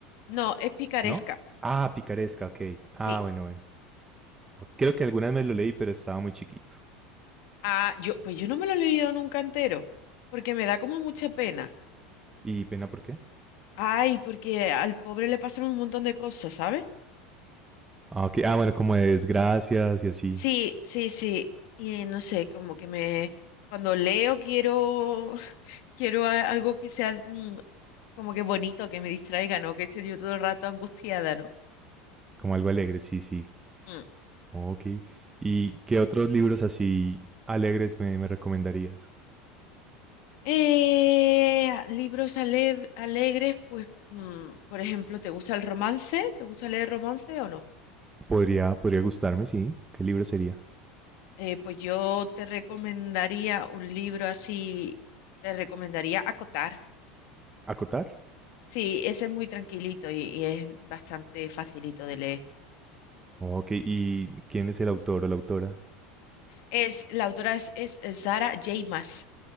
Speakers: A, on the left (about 65°); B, on the right (about 15°).
A: No, es picaresca.
B: ¿No? Ah, picaresca, ok. Ah,
A: Sí.
B: bueno, bueno. Creo que algunas me lo leí, pero estaba muy chiquito.
A: Ah, yo, pues yo no me lo he leído nunca entero porque me da como mucha pena.
B: ¿Y pena por qué?
A: Ay, porque al pobre le pasan un montón de cosas, ¿sabes?
B: Ah, ok. Ah, bueno, como de desgracias y así,
A: Sí, sí, sí. Y no sé, como que me... Cuando leo quiero <laughs> Quiero a- algo que sea mm, como que bonito, que me distraiga, ¿no? Que esté yo todo el rato angustiada, ¿no?
B: como algo alegre, sí, sí.
A: Mm.
B: Ok. ¿Y qué otros libros así alegres me, me recomendarías?
A: Eh, libros ale- alegres, pues, mm, por ejemplo, ¿te gusta el romance? ¿Te gusta leer romance o no?
B: Podría, podría gustarme, sí. ¿Qué libro sería?
A: Eh, pues yo te recomendaría un libro así, te recomendaría Acotar.
B: ¿Acotar?
A: Sí, ese es muy tranquilito y, y es bastante facilito de leer.
B: Ok, ¿y quién es el autor o la autora?
A: Es, la autora es, es Sarah J. Maas.